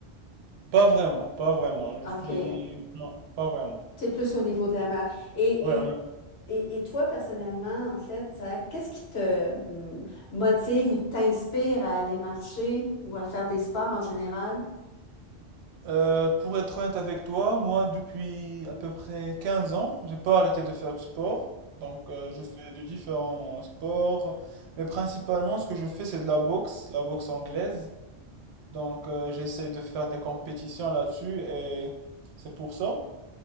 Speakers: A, on the right; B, on the left.
A: Pas vraiment, pas vraiment. Je
B: OK.
A: suis... Non, pas vraiment.
B: Tu es plus au niveau de la mer. Et,
A: Ouais, on
B: et,
A: y va.
B: et, et toi, personnellement, en fait, ça, qu'est-ce qui te hmm, motive ou t'inspire à aller marcher ou à faire des sports en général?
A: Euh, pour être honnête avec toi, moi depuis à peu près 15 ans, j'ai pas arrêté de faire du sport. Donc euh, je fais de différents sports, mais principalement ce que je fais c'est de la boxe, la boxe anglaise. Donc, euh, j'essaie de faire des compétitions là-dessus et c'est pour ça.